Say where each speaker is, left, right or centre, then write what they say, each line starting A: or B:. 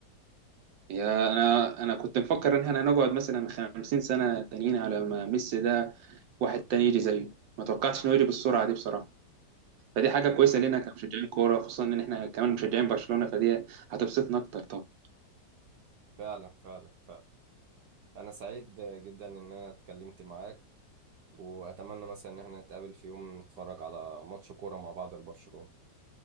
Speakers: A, on the right (about 90°); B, on the right (about 65°).
A: يا أنا أنا كنت مفكر إن إحنا هنقعد مثلا خمسين سنة تانيين على ما ميسي ده واحد تاني يجي زيه ما توقعتش إنه يجي بالسرعة دي بصراحة فدي حاجة
B: ايوه
A: كويسة
B: فعلا
A: لينا كمشجعين كورة خصوصا إن إحنا كمان مشجعين برشلونة فدي هتبسطنا أكتر طبعا
B: فعلا فعلا فعلا انا سعيد جدا ان انا اتكلمت معاك واتمنى مثلا ان احنا نتقابل في يوم نتفرج على ماتش كوره مع بعض لبرشلونه